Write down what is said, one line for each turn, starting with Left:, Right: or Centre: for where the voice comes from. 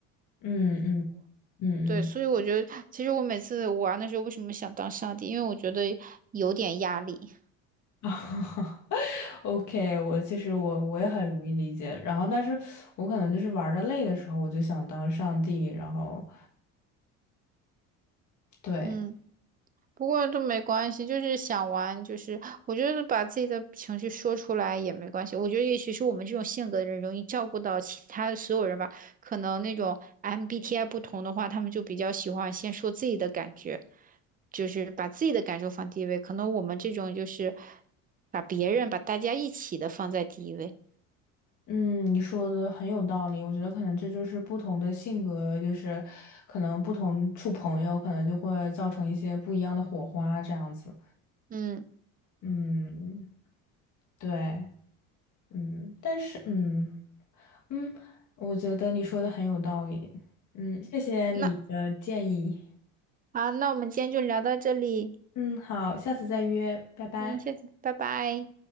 Left: 嗯嗯嗯嗯
Right: 对，所以我觉得，其实我每次玩的时候，为什么想当上帝？因为我觉得有点压力。
Left: <laughs> 啊，OK，我其实我我也很容易理解，然后但是我可能就是玩的累的时候，我就想当上帝，然后对，
Right: 嗯，不过都没关系，就是想玩，就是我觉得把自己的情绪说出来也没关系。我觉得也许是我们这种性格的人容易照顾到其他的所有人吧。可能那种 MBTI 不同的话，他们就比较喜欢先说自己的感觉，就是把自己的感受放第一位。可能我们这种就是把别人、把大家一起的放在第一位。
Left: 嗯，你说的很有道理，我觉得可能这就是不同的性格，就是可能不同处朋友，可能就会造成一些不一样的火花这样子，
Right: 嗯，
Left: 嗯，对，嗯，但是嗯。嗯，我觉得你说的很有道理。嗯，谢谢你的建议。
Right: 那好，那我们今天就聊到这里，
Left: 嗯，好，下次再约，拜拜。
Right: 嗯，下次拜拜。